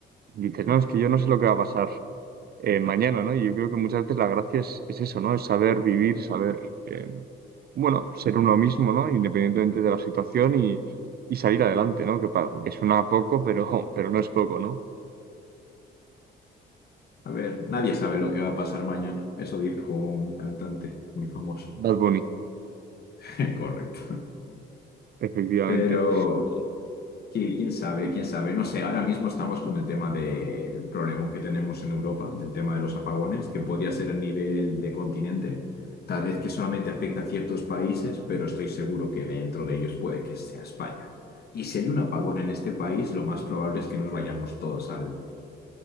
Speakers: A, on the right; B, on the left.
A: dices, no, es que yo no sé lo que va a pasar eh, mañana, ¿no? Y yo creo que muchas veces la gracia es, es eso, ¿no? Es saber vivir, saber, eh, bueno, ser uno mismo, ¿no? Independientemente de la situación y, y salir adelante, ¿no? Que, pa- que suena poco, pero, pero no es poco, ¿no?
B: A ver, nadie sabe lo que va a pasar mañana, eso dijo un cantante muy famoso.
A: Bad Bunny,
B: <laughs> Correcto.
A: efectivamente.
B: Pero, Sí, quién sabe, quién sabe. No sé, ahora mismo estamos con el tema del problema que tenemos en Europa, del tema de los apagones, que podría ser a nivel de continente, tal vez que solamente afecta a ciertos países, pero estoy seguro que dentro de ellos puede que sea España. Y si hay un apagón en este país, lo más probable es que nos vayamos todos al,